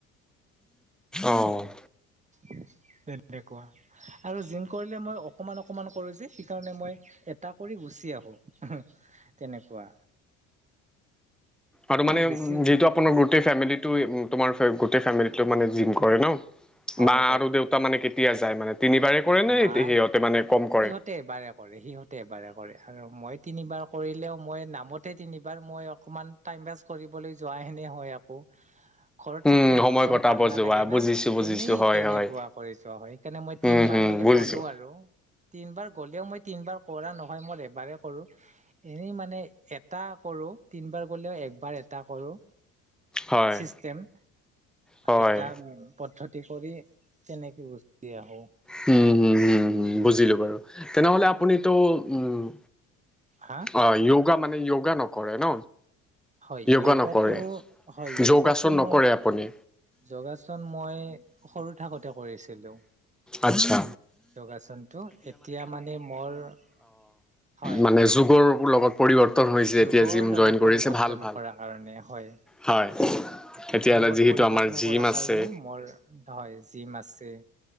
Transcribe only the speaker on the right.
উম। তেনেকুৱা আৰু জিম কৰিলে মই অকণমান অকণমান কৰোঁ যে সেইকাৰণে মই এটা কৰি- গুচি আহো তেনেকুৱা।
মই বেছি
হয়
মাৰ
সিহঁতে এবাৰে কৰে সিহঁতে এবাৰে কৰে। আৰু মই তিনিবাৰ কৰিলেও মই নামতে তিনিবাৰ মই অকণমান টাইম পাছ কৰিবলৈ যোৱা হেন- হে হয় আকৌ। ঘৰত
থাকিলে
মন চন
ভাল নালাগে
না
এনেই
তেনেকুৱা
কৰি যোৱা হয়। সেইকাৰণে মই তিনিবাৰ-
বুলি
ক'লো আৰু তিনিবাৰ গ'লেও মই- তিনিবাৰ কৰা নহয় মই এবাৰে কৰোঁ। এনেই মানে এটা কৰোঁ তিনিবাৰ গ'লেও- একবাৰ এটা কৰোঁ।
চিষ্টেম
এটা পদ্ধতি কৰি- তেনেকে গুচি আহোঁ।
হয়।
হা
হয়
য়োগাটো
হয় যোগোটো
মই
যোগাসন মই- সৰু থাকোতে কৰিছিলো।
যোগাসনতটো এতিয়া মানে মোৰ- হয়
যুগৰ
লগত
পৰিৱৰ্তন
কৰাৰ কাৰণে হয়।
যুগৰ
লগত
পৰিৱৰ্তন
কৰাৰ
কাৰণে মোৰ হয় জিম আছে।